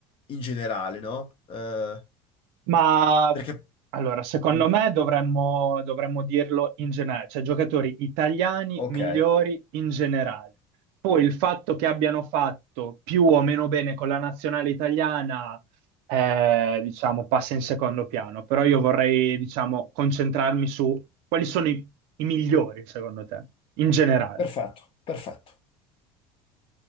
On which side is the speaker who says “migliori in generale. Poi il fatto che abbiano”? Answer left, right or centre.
Right